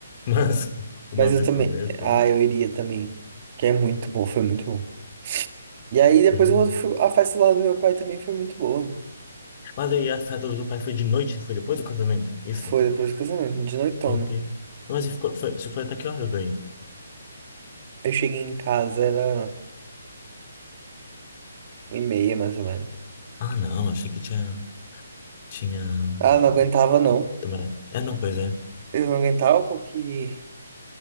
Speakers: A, on the left; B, on the right.
A: Mas <laughs> uma
B: mas eu
A: vez
B: também.
A: por mês, pelo
B: Ah,
A: menos.
B: eu iria também. Que é muito bom, foi muito bom. E aí depois
A: Hum.
B: eu fui- a festa lá do meu pai também foi muito boa.
A: Mas aí a festa do teu pai foi de noite? Foi depois do casamento? Isso?
B: Foi depois do casamento, de noitona.
A: Meu Deus. Mas e ficou, foi, você foi até que horas daí?
B: Eu cheguei em casa, era uma e meia mais ou menos.
A: Ah, não, achei que tinha, tinha, um,
B: Ah, não aguentava não.
A: demorado. É, não, pois é.
B: Eu não aguentava porque.